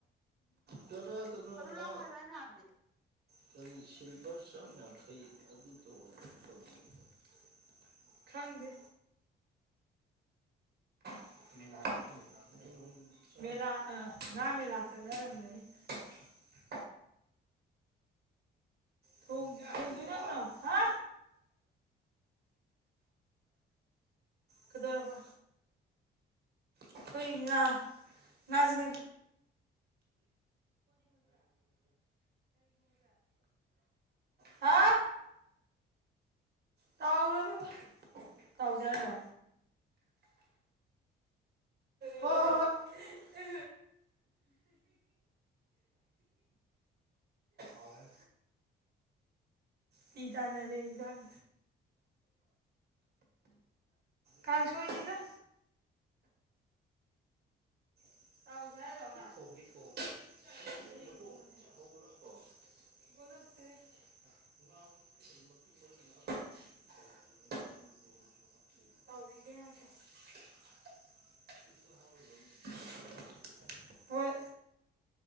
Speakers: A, on the right; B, in the centre.
A: ꯀꯅꯥꯗꯅꯣ ꯉ
B: ꯂꯥꯎ ꯍꯥꯏꯕ ꯑꯩꯅ ꯍꯥꯏꯕꯗꯤ
A: ꯀꯔꯤ ꯁꯤ ꯂꯨꯄꯥ ꯆꯥꯝ ꯌꯥꯡꯈꯩ ꯑꯗꯨ <unintelligible> ꯈꯪꯗꯦ <unintelligible> <inaudible> ꯊꯣꯡ ꯊꯣꯡꯗꯣꯏ ꯅꯠꯇꯔꯣ ꯍꯥ ꯀꯗꯧꯔꯕ ꯑꯩꯈꯣꯏ ꯉꯥ ꯉꯥꯁꯤꯅꯦ <unintelligible> <unintelligible> ꯍꯥ ꯇꯥꯎꯔꯣ ꯏꯕꯦꯝꯃꯥ ꯇꯥꯎꯖꯥꯔꯣ ꯍꯣ ꯍꯣ ꯍꯣꯏ ꯍꯣꯏ꯫ ꯄꯤ ꯇꯥꯅꯔꯦ ꯏꯟꯖꯡ ꯀꯪꯁꯣꯏꯅꯤꯗ <unintelligible> <unintelligible> <unintelligible> <unintelligible> ꯍꯣꯏ